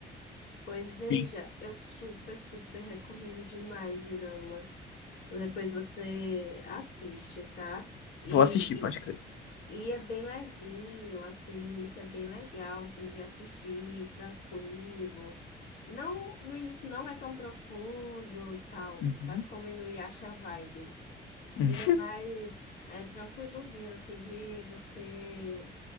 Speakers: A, on the left (about 55°); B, on the left (about 85°).
A: Pois veja,
B: Sim.
A: eu super, super recomendo demais drama Depois você assiste, tá? E,
B: Vou assistir, pode crer.
A: e é bem levinho, assim, no início é bem legal, assim, de assistir, tranquilo. Não, no início não é tão profundo e tal,
B: Uhum.
A: sabe? Como no Yasha Vibes.
B: Hum.
A: Ele é mais é, tranquilozinho, assim, de você